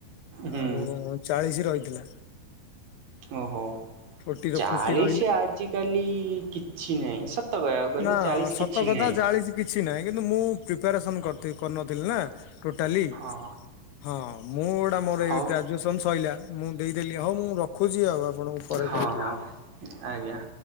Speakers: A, on the right; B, on the left.
A: ହୁଁ।
B: ଆଉ ଚାଳିଶ ରହିଥିଲା।
A: ଓହୋ
B: ଫୋର୍ଟି
A: ଚାଳିଶ
B: ଫୋର୍ଟି ରହିଲେ
A: ଆଜିକାଲି କିଛି ନାହିଁ ସତ କହିବାକୁ ଗଲେ
B: ନା
A: ଚାଳିଶ
B: ସତ
A: କିଛି
B: କଥା
A: ନାହିଁ।
B: ଚାଳିଶ କିଛି ନାହିଁ କିନ୍ତୁ ମୁଁ ପ୍ରିପାରେସନ କରିନଥିଲି ନା। ଟୋଟାଲି
A: ହଁ
B: ହଁ ମୁଁ ଗୁଟା ମୋର
A: ହଉ
B: ଏ ଗ୍ରାଜୁଏସନ ସରିଲା। ମୁଁ ଦେଇଦେଲି ହଉ ମୁଁ ରଖୁଛି ଆଉ ଆପଣଙ୍କୁ ପରେ
A: ହଁ
B: କହିବି ଆଉ।
A: ହଁ ଆଜ୍ଞା।